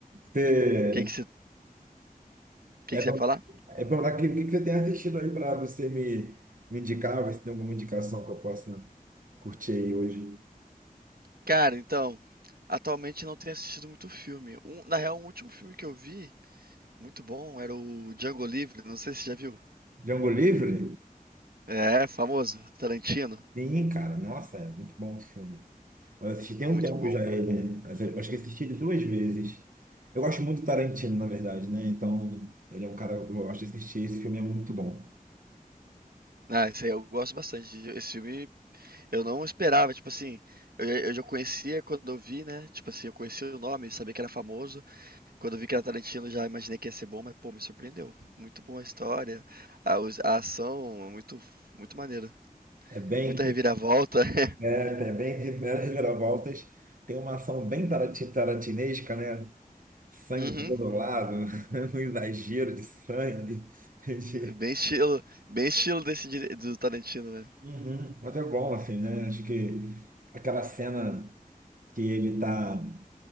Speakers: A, on the right; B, on the right.
A: você,
B: que que você, que
A: é
B: que
A: pra
B: você ia falar?
A: é pra falar que, o que que você tem assistido aí para você me, me indicar, ver se tem alguma indicação que eu possa curtir aí hoje.
B: Cara, então, atualmente não tenho assistido muito filme. Um- na real, o último filme que eu vi, muito bom, era o Django Livre, não sei se você já viu.
A: Django Livre?
B: É, famoso, Tarantino,
A: Sim, cara. Nossa, é muito bom o filme. Eu assisti tem um
B: muito
A: tempo
B: bom.
A: já ele. eu Acho que assisti ele duas vezes. Eu gosto muito do Tarantino, na verdade, né? Então, ele é um cara que eu gosto de assistir. Esse filme é muito bom.
B: Ah, esse aí eu gosto bastante. Esse filme Eu não esperava, tipo assim, eu, eu já conhecia quando eu vi, né? Tipo assim, eu conhecia o nome, sabia que era famoso. Quando eu vi que era Tarantino, já imaginei que ia ser bom, mas pô, me surpreendeu. Muito boa a história, a, os- a ação, muito, muito maneiro.
A: É bem,
B: Muita reviravolta. <laughs>
A: é, é bem reviravoltas. Tem uma ação bem tarati- tarantinesca, né? Sangue
B: Uhum.
A: por todo lado, <laughs> um exagero de sangue. de-
B: Bem estilo, bem estilo desse dire- do Tarantino, né?
A: Uhum. Mas é bom, assim, né? Acho que aquela cena que ele tá